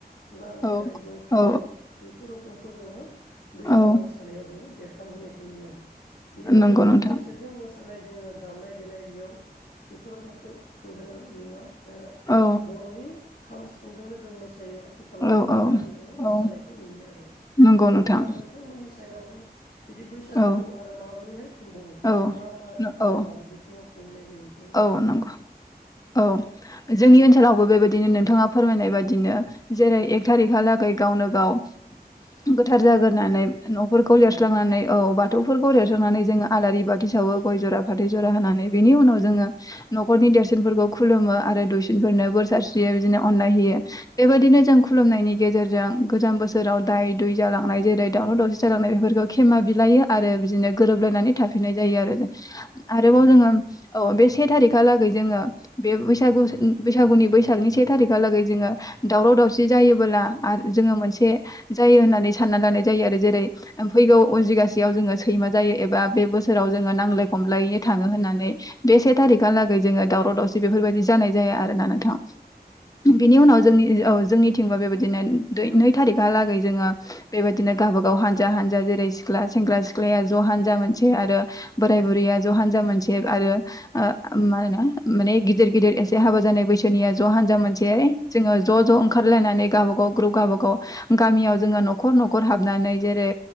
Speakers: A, on the left (about 75°); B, on the left (about 20°).
A: खुगा मेथाइ
B: औ
A: जंखायनाय
B: औ
A: बेफोर रोखमखौ जोङो बैसागो
B: औ
A: मोसानायाव जोङो। बेरखांहोनायखौ नुयो आरो बेयाव
B: नंगौ
A: जोङो
B: नोंथां
A: केसेटजों मोसानाय जोङो दामनाय देनाय बेयाव। बेफोर रख जोङो नुवा जोङो
B: औ
A: बर'नि खाम सिफुंजोंनो। जों मोसायो आथिखालावबो
B: औ
A: आरो
B: औ
A: दाबो जोङो मोसानायखौ
B: औ
A: नुयो आरो
B: नंगौ नोंथां
A: अब्ला नोंथांमोननि साइदआवहाय बिदि बैसागोखौ
B: औ
A: आरो माबोरैहाय खुंबावो
B: औ
A: मा
B: औ
A: माबा बिथिङाव खुंनाय जायो नोंथांमोनथिं?
B: औ नंगौ औ जोंनि ओनसो सोलावबो बेबायदिनो नोंथाङा फोरमायनाय बाददिनो जेरै एक थारिखाहालागै गावनो गाव गोथार जाग्रोनानै न'फोरखौ लिरस्लांनानै
A: औ
B: औ बाथौफोरखौ ल नानै जोङो आलारि बाथि सावो गय जरा फाथै जरा होनानै बेनि उनाव जोङो न'खरनि देरसिनफोरखौ खुलुमो आरो दुइसिनफोरनो बोर सारस्रियो बिदिनो अननाय होयो बेबायाददिनो जों खुलुमनायनि गेजेरजों गोजाम बोसोराव दाय दु जालांनाय जेरै दावराव दावसि जालांनाय बेफोरखौ खेमा बिलायो आरो बिदिनो गोरोबलायनानै थाफिनाय जायो आरो आरोबाव
A: औ
B: जोङो औ बे से थारिखाहालागै जोङो बे बैसागु बैसागुनि बैसागनि से थारिखालागै जोङो दावराव दावसि जायोबोला जोङो मोनसे जायो होननानै सानना लानाय जायो आरो जेरै फैगौ उजगासेयाव जोङो सैमा जायो एबा बे बोसोराव जोङो नांज्लाय खमलायैनो थाङो होननानै बे से थारिखाहालागै जोङो दावराव दावसि बेफोरबायदि जानाय जाया आरोना नोंथाङा बिनि उनाव जोंनि औ जोंनिथिंबा बेबायदिनो नै थारिखाहालागै जोङो बेबायदिनो गावबागाव हानजा हानजा जेरै सिख्ला सेंग्रा सिख्लाया ज हानजा मोनसे आरो बोराय बुरैया ज हान्जा मोनसे आरो माा माने गिदिर गिदिर एसे हाबा जानाय बैसोनिया ज हानजा मोनसे जोङो ज ज ओंखारलायनानै गावब गाव ग्रुप गावबागाव गामियाव जोङो न'खर न'खर हाबनानै जेरै